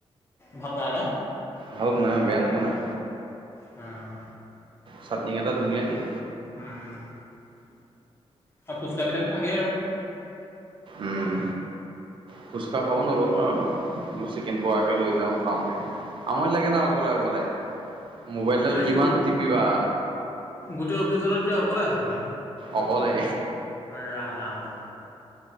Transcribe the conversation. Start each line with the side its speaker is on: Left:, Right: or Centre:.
Left: ভাল বনাই ন?
Right: ভাল বনাই অ', বেয়া নবনাই।
Left: হম।
Right: চাটনি কেইটা ধুনীয়া দিয়ে।
Left: হম। আৰু ফুচকা বিলাকতো থাকেই আৰু।
Right: উম। ফুচকা খাব নগ'লোঁ আৰু, বোলো চিকেন পকৰাকে লৈ যাওঁ, খাওঁগে। আমৰি লাগে ন' অকলে, অকলে? মোবাইলডাল
Left: এতিয়া
Right: কিমান
Left: কি গোট
Right: টিপিবা।
Left: গোটেই অফিচডালত এতিয়া অকলে আছা তুমি?
Right: অকলে।
Left: ৰাম।